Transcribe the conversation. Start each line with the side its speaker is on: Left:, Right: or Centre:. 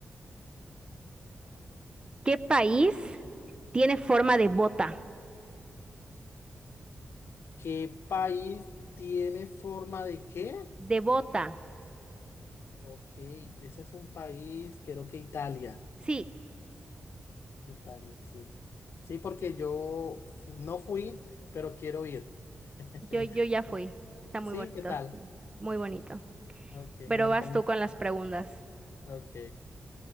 Right: ¿Qué país tiene forma de bota?
Left: ¿Qué país tiene forma de qué?
Right: De bota.
Left: Ok, ese es un país, creo que Italia.
Right: Sí,
Left: Italia, sí. Sí, porque yo fu- no fui, pero quiero ir. <laughs>
Right: yo, yo ya fui. Está muy
Left: Sí,
Right: bonito,
Left: ¿qué tal?
Right: sí, muy bonito.
Left: Ok,
Right: Pero
Left: ¿me lo
Right: vas
Left: recomiendo?
Right: tú con las preguntas.
Left: Ok.